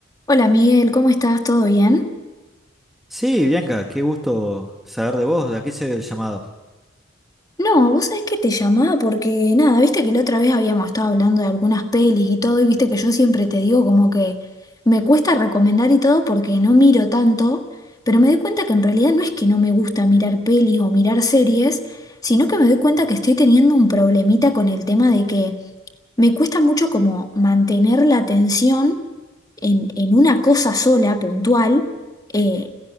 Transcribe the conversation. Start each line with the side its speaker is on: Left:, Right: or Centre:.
Left: Hola Miguel, ¿cómo estás? ¿Todo bien?
Centre: Sí, Bianca, qué gusto saber de vos, ¿a qué se debe el llamado?
Left: No, vos sabés que te llamaba porque nada, viste que la otra vez habíamos estado hablando de algunas pelis y todo, y viste que yo siempre te digo como que me cuesta recomendar y todo porque no miro tanto, pero me doy cuenta que en realidad no es que no me gusta mirar pelis o mirar series, sino que me doy cuenta que estoy teniendo un problemita con el tema de que me cuesta mucho como mantener la atención en, en una cosa sola, puntual, eh,